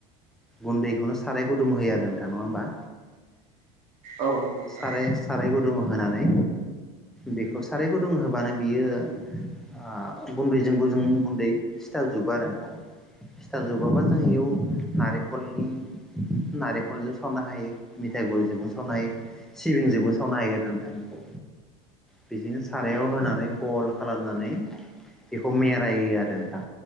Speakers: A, in the centre; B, on the right.
A: गुन्दैखौनो साराय गुदुं होयो आरो नोंथां नङा होमबा।
B: औ नंगौ नोंथां
A: साराय साराय गुदुं होनानै बेखौ साराय गुदुं होबानो बियो ओ गुन्दैजों गुजुं गुन्दै सिथारजोबो आरो नोथां सिथाब जोबाबा जों नोथां बेयाव नारेंखलनि नारेंखलजों सावनो हायो मिथाय गुरिजोंबो सावनो हायो सिबिंजोंबो सावनो हायो आरो नोंथां बेखौ बिदिनो सारायाव होनानै गल खालामनानै बेखौ मेरायो आरो नोंथां